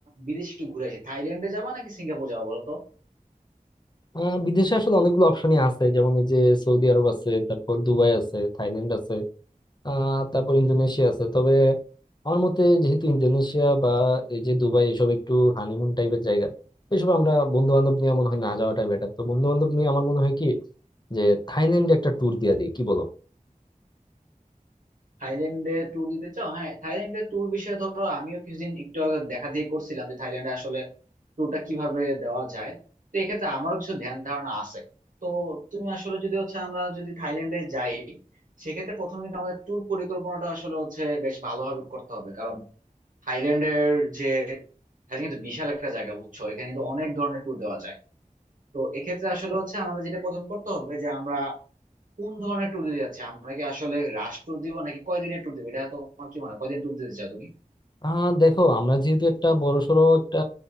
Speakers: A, on the right; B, on the left.
A: বিদেশে একটু ঘুরে আসি থাইল্যান্ডে যাবা নাকি সিঙ্গাপুর যাবো বলো তো
B: আহ, বিদেশে আসলে অনেকগুলো অপশনই আছে যেমন এই যে সৌদি আরব আছে তারপর দুবাই আছে থাইল্যান্ড আছে আহ তারপর ইন্দোনেশিয়া আছে তবে আমার মতে যেহেতু ইন্দোনেশিয়া বা এই যে দুবাই এসব একটু হানিমুন টাইপের জায়গা এসব আমরা বন্ধু বান্ধব নিয়ে মনে হয় না যাওয়াটাই বেটার তো বন্ধু বান্ধব নিয়ে আমার মনে হয় কি যে থাইল্যান্ডে একটা ট্যুর দিয়ে দিই কি বলো
A: থাইল্যান্ডে ট্যুর দিতে চাও হ্যাঁ থাইল্যান্ডে ট্যুর বিষয়ে ধরো আমিও কিছুদিন একটু আগে দেখা দেখি করছিলাম যে থাইল্যান্ডে আসলে ট্যুরটা কিভাবে দেওয়া যায় তো এক্ষেত্রে আমারও কিছু ধ্যান ধারণা আছে তো তুমি আসলে যদি হচ্ছে আমরা যদি থাইল্যান্ডে যাই সেক্ষেত্রে প্রথমে কিন্তু আমাদের ট্যুর পরিকল্পনাটা আসলে হচ্ছে বেশ ভালোভাবে করতে হবে কারণ থাইল্যান্ডের যে থাইল্যান্ড কিন্তু বিশাল একটা জায়গা বুঝছো এখানে কিন্তু অনেক ধরনের ট্যুর দেওয়া যায় তো এক্ষেত্রে আসলে হচ্ছে আমাদের যেটা প্রথম করতে হবে যে আমরা কোন ধরনের ট্যুর দিতে যাচ্ছে আমরা কি আসলে রাশ ট্যুর দিব নাকি কয়দিনের ট্যুর দিব এটা তোমার কি মনে হয় কয়দিন ট্যুর দিতে চাও তুমি
B: আহ দেখো আমরা যেহেতু একটা বড়সড় একটা